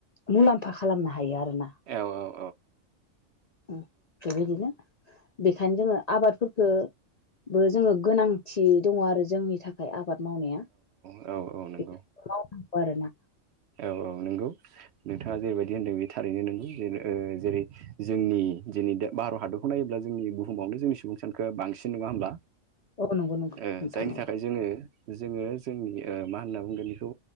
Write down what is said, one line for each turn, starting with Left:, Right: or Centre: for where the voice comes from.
Left: मुलाम्फा खालामनो हायो आरोना।
Right: औ औ नंगौ औ
Left: उम बेबायदिनो बेखायनो जोङो आबादफोरखौ बो जोङो गोनांथि दङ आरो जोंनि थाखाय आबाद मावनाया।
Right: औ औ नंगौ।
Left: बेखौ मावनांगौ आरो ना
Right: औ औ नंगौ नोंथाङा जेरैबायदि होन्दों बे थारैनो नंगौ ओ जे जेरै जोंनि जिनै दा भारत हादरखौ नायोब्ला जोंनि बुहुमावनो जोंनि सुबुं सानखोआ बांसिन नङा होमब्ला?
Left: औ नंगौ नंगौ
Right: ओ
Left: नोंथां
Right: जायनि
Left: औ
Right: थाखाय जोङो जोङो जोंनि ओ मा होनना बुंगोन बेखौ